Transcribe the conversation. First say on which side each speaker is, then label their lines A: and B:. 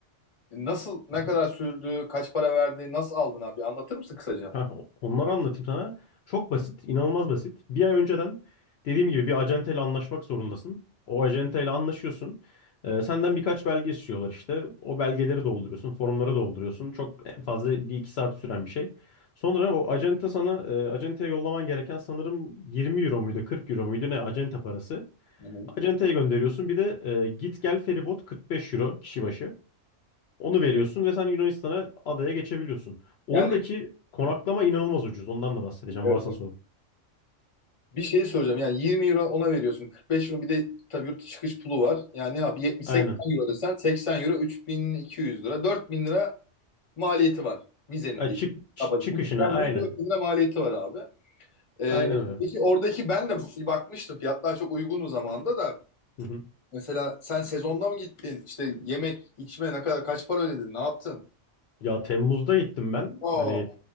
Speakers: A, on the left; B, on the left.
A: nasıl ne
B: <laughs>
A: kadar sürdü kaç para verdi nasıl aldın abi anlatır mısın kısaca?
B: Heh, onları anlatayım sana. Çok basit, inanılmaz basit. Bir ay önceden dediğim gibi bir acenteyle anlaşmak zorundasın. O acenteyle anlaşıyorsun. Ee, senden birkaç belge istiyorlar işte. O belgeleri dolduruyorsun, formları dolduruyorsun. Çok en fazla bir iki saat süren bir şey. Sonra o acente sana, e, acenteye yollaman gereken sanırım 20 euro muydu, 40 euro muydu ne acente parası.
A: Hı hı.
B: Acenteye gönderiyorsun. Bir de e, git gel feribot 45 euro kişi başı. Onu veriyorsun ve sen Yunanistan'a adaya geçebiliyorsun. Oradaki
A: Yani
B: konaklama
A: Aha,
B: inanılmaz ucuz. Ondan da bahsedeceğim
A: evet,
B: varsa
A: evet.
B: sorun.
A: Bir şey soracağım. Yani 20 euro ona veriyorsun. 45 euro bir de tabii yurt dışı çıkış pulu var. Yani ne yap? 70-80
B: Aynen.
A: euro desen 80 euro 3200 lira. 4000 lira maliyeti var. Vizenin
B: Ay,
A: diye.
B: çık, çı-
A: Kabaca.
B: çıkışına
A: Bu gelmenin
B: aynen.
A: 4000 lira maliyeti var abi. Ee,
B: Aynen öyle.
A: peki oradaki ben de bir bakmıştım. Fiyatlar çok uygun o zamanda da.
B: Hı hı.
A: Mesela sen sezonda mı gittin? İşte yemek, içme ne kadar kaç para ödedin? Ne yaptın?
B: Ya Temmuz'da gittim ben.
A: Aa,
B: Hani